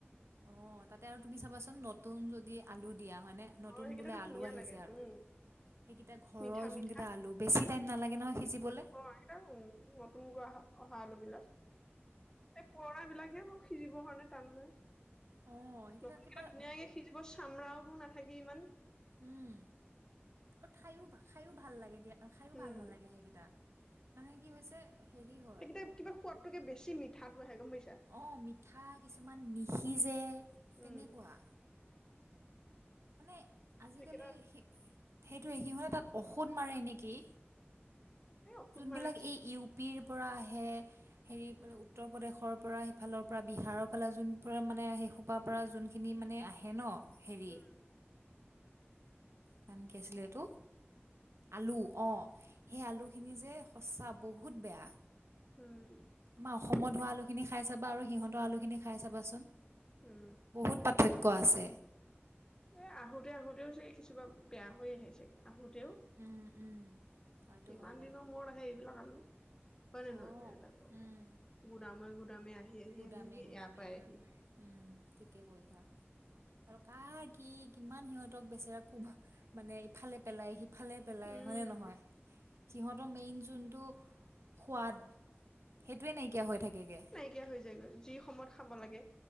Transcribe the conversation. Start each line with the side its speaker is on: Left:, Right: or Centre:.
Right: অ' তাতে আৰু তুমি চাবাচোন নতুন যদি আলু দিয়া হয় নে। নতুন
Left: অ সেইকেইটাতো
Right: বোলে আলু
Left: ধুনীয়া
Right: আহিছে
Left: লাগে
Right: আৰু,
Left: উম
Right: সেইকেইটা ঘৰৰ
Left: মিঠা
Right: যোনকেইটা
Left: মিঠা
Right: আলু। বেছি টাইম নালাগে নহয় সিজিবলে।
Left: অ' <unintelligible> নতুনকৈ অহা আলু বিলাক। এই পুৰণা বিলাকহে অলপ সিজিবৰ কাৰণে টান হয়।
Right: অঁ সেইকেইটা
Left: নতুনকেইটা
Right: কিবা
Left: ধুনীয়াকে সিজিব, চামৰাওহো নাথাকে ইমান।
Right: উম! অ' খায়ো খায়ো ভাল লাগে দিয়া, খায়ো
Left: উম
Right: ভাল নালাগে সেইকেইটা। মানে কি হৈছে হেৰি হয়
Left: সেইকেইটা কিবা সোৱাদটোকে বেছি মিঠাটো আহে। গম পাইছা?
Right: অ মিঠা, কিছুমান নিসিজে তেনেকুৱা।
Left: উম
Right: মানে আজিকালি
Left: সেইকেইটা
Right: সি সেইটোৱে সিহঁতে তাত ঔষধ মাৰে নেকি।
Left: এই ঔষধ
Right: যোনবিলাক
Left: মাৰে
Right: এই ইউ পিৰ পৰা আহে। হেৰিফালে উত্তৰ প্ৰদেশৰ পৰা সিফালৰ পৰা বিহাৰৰ ফালে। <unintelligible> মানে সেই পৰা যোনখিনি মানে আহে ন' হেৰি।
Left: উম
Right: নাম কি আছিলে এইটো, আলু! অ' সেই আলু খিনি যে সঁচা বহুত বেয়া।
Left: উম'।
Right: আমাৰ অসমত
Left: উম
Right: হোৱা আলুখিনি খাই চাবা, আৰু সিহঁতৰ আলুখিনি খাই চাবাছোন।
Left: উম'।
Right: বহুত পাৰ্থক্য আছে।
Left: এই আহোঁতে আহোতেও চাগে কিছুমান বেয়া হৈ আহে চাগে, আহোঁতেও।
Right: উম উম হয়টো
Left: ইমান
Right: হয় বাৰু
Left: দিনৰ মূৰত আহে এইবিলাক আলু। হয় নে
Right: অঁ
Left: নহয়? এইবিলাক
Right: উম
Left: গুদামে গুদামে আহি আহি
Right: গুদামে
Left: আহি আহি
Right: গুদামে
Left: ইয়াৰ পাইহি।
Right: আহি আহি উম' ঠিকেই কৈছা। আৰু কাৰ কি কিমান সিহঁতক বেচেৰা কোব মানে ইফালে পেলাই সি সিফালে পেলাই।
Left: উম
Right: হয়নে নহয়? সিহঁতৰ মেইন যোনটো সোৱাদ, সেইটোৱে নাইকিয়া হৈ থাকেগে।
Left: বেয়া হৈ যায়গৈ, যি সময়ত খাব লাগে।